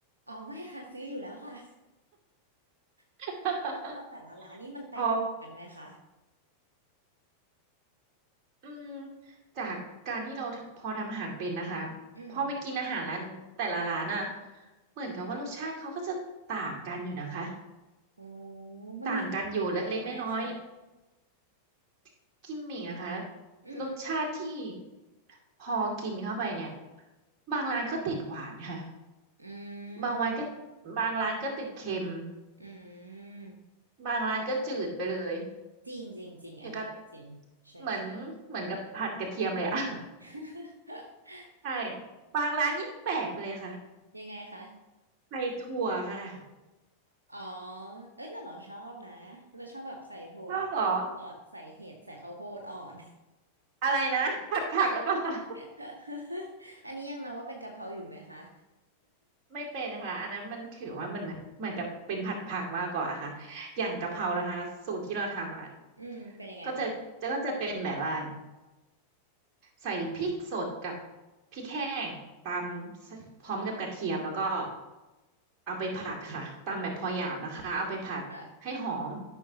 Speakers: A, on the right; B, on the right.
A: อ๋อไม่ค่ะซื้ออยู่แล้วค่ะ <laughs>
B: <laughs>
A: แล้วกะเพราแต่ละร้านนี่มันแตกต่างกันไหมคะ
B: พออืมจากการที่เราพอทำอาหารเป็นนะคะพอไปกินอาหารร้านแต่ละร้านน่ะ
A: อืม
B: เหมือนกับว่ารสชาติเขาก็จะต่างกันอยู่นะคะ
A: โอ้มันมีเทคนิคอะไรไหมอะคะ
B: ต่างกันอยู่เล็กๆน้อยๆกิมมิกนะคะ
A: อืมอืม
B: รสชาติที่พอกินเข้าไปเนี่ยบางร้านก็ติดหวานค่ะ
A: อื
B: บางวันก็
A: ม
B: บางร้านก็ติดเค็ม
A: อืม
B: บางร้านก็จืดไปเลย
A: จริงจริงจริงอันนี้เรื่องจริงใช่ใช่
B: อย่างกับเหมือนเหมือนกับผัดกระเทียมเลยอะ
A: <laughs>
B: ใช่บางร้านยิ่งแปลกไปเลยค่ะ
A: ยังไงคะ
B: ใส่ถั่วค่ะ
A: อ๋อเอ้ยแต่เราชอบนะเราชอบแบบใส่ถั่วใส่หลอดใส่เห็ดใส่ข้าวโพดอ่อน
B: ชอบเหรออะไรนะผัดผักหรือเปล่าคะ
A: <laughs> อันนี้ยังนับว่าเป็นกะเพราอยู่ไหมคะ
B: ไม่เป็นค่ะอันนั้นมันถือว่ามันเหมือนเหมือนจะเป็นผัดผักมากกว่าค่ะอย่างกะเพรานะคะสูตรที่เราทำอ่ะ
A: อืมเป็นยังไงคะ
B: ก็จะจะก็จะเป็นแบบว่าใส่พริกสดกับพริกแห้งตำสพร้อมกับกระเทียมแล้วก็เอาไปผัดค่ะตำแบบพอหยาบนะคะเอาไปผัดให้หอม
A: ค่ะ